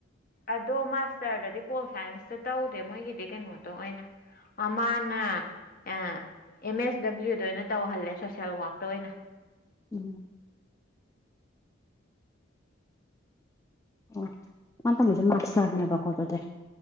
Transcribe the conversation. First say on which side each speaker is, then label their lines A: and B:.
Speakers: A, on the left; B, on the left.
A: ꯑꯗꯣ ꯃꯥꯁꯇꯔꯗꯗꯤ ꯄꯣꯜ ꯁꯥꯏꯟꯁꯇ ꯇꯧꯗꯦ ꯃꯣꯏꯒꯤꯗꯤ ꯀꯩꯅꯣꯗꯣ ꯑꯣꯏꯅ ꯃꯃꯥꯅ ꯑꯦꯝ ꯑꯦꯁ ꯗꯕ꯭ꯂꯤꯎꯗ ꯑꯣꯏꯅ ꯇꯧꯍꯜꯂꯦ ꯁꯣꯁꯦꯜ ꯋꯥꯛꯇ ꯑꯣꯏꯅ
B: ꯎꯝ ꯑꯣ ꯃꯥꯅ ꯇꯝꯃꯤꯁꯦ ꯃꯥꯁꯇꯔꯅꯦꯕꯥꯀꯣ ꯑꯗꯨꯗꯤ